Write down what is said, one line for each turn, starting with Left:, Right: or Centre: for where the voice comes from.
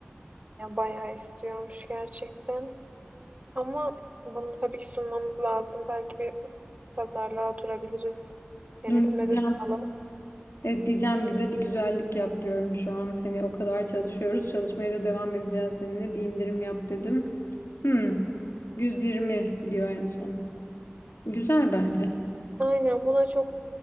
Right: Ya bayağı istiyormuş gerçekten. Ama bunu tabii ki sunmamız lazım. Belki bir pazarlığa oturabiliriz. Yönetime
Left: Dur diyeceğim.
Right: de alalım.
Left: Evet diyeceğim bize bir güzellik yap diyorum şu an. Hani o kadar çalışıyoruz. Çalışmaya da devam edeceğiz seninle. Bir indirim yap dedim. Hmm, 120 diyor en son. Güzel bence.
Right: Aynen buna çok